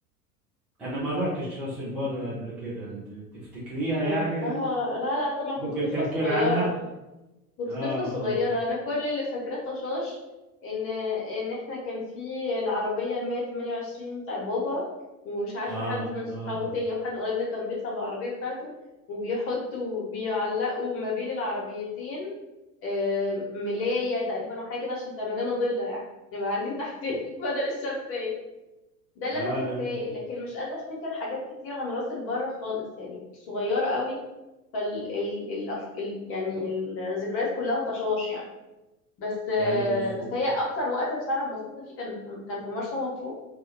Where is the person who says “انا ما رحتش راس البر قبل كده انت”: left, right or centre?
Centre